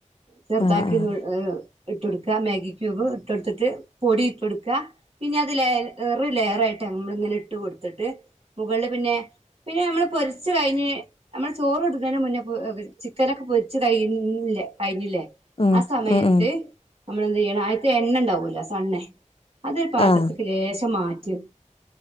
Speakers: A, on the left; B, on the right.
A: ആഹ്
B: ചെറുതാക്കിന്നുൾ
A: ആഹ്
B: ഏ ഇട്ടൊട്ക്കാ മാഗി ക്യൂബ് ഇട്ടൊട് ത്തിട്ട് പൊടി ഇട്ടൊഡ്ക്കാ പിനത് ലെയ്റ് ലെയറായിട്ടാ നമ്മള് ഇങ്ങനെ ഇട്ട് കൊട് ത്ത്ട്ട് മുഖൾല് പിനെ പിനെ നമ്മള് പൊരി പൊരിച്ച് കഴിഞ്ഞ് നമ്മള് ചോറ് ഇടുന്നേന് മുന്നേ പോ ചിക്കനൊക്കെ പൊരിച്ച് കഴിഞ്ഞില്ലേ കഴിഞ്ഞില്ലേ
A: ഉം
B: ആ സമയത്ത്
A: ഉം ഉം
B: നമ്മളെന്തെയ്യണം അയ്ത്തെ എണ്ണ ഇണ്ടാവോലൊ സണ്ണ് അതൊരു പാത്രത്ത്ക്ക്
A: ആഹ്
B: ലേശം മാറ്റി